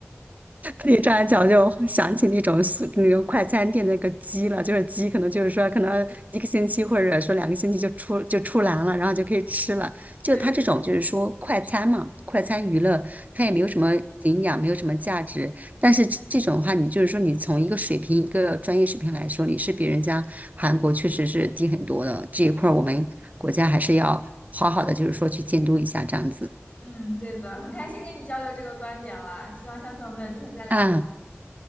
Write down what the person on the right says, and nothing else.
你这样讲，就想起那种速那个快餐店的那个鸡了，就是鸡，可能就是说，可能一个星期或者说两个星期就出就出栏了，然后就可以吃了。就它这种就是说快餐嘛，
快餐娱乐，它也没有什么营养，没有什么价值。但是这这种的话，你就是说，你从一个水平、一个专业水平来说，你是比人家韩国确实是低很多的。这一块儿我们国家还是要好好的，就是说去监督一下这样子。
嗯，